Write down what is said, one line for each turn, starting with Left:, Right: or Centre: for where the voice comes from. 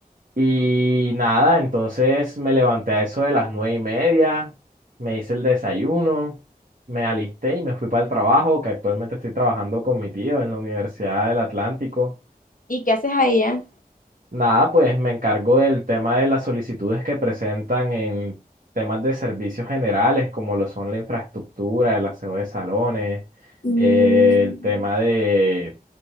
Right: Y nada, entonces me levanté a eso de las nueve y media, me hice el desayuno, me alisté y me fui para el trabajo, que actualmente estoy trabajando con mi tío en la Universidad del Atlántico.
Left: ¿Y qué haces allá?
Right: Nada, pues me encargo del tema de las solicitudes que presentan en temas de servicios generales, como lo son la infraestructura, el aseo de salones,
Left: Mm,
Right: eh, el tema de,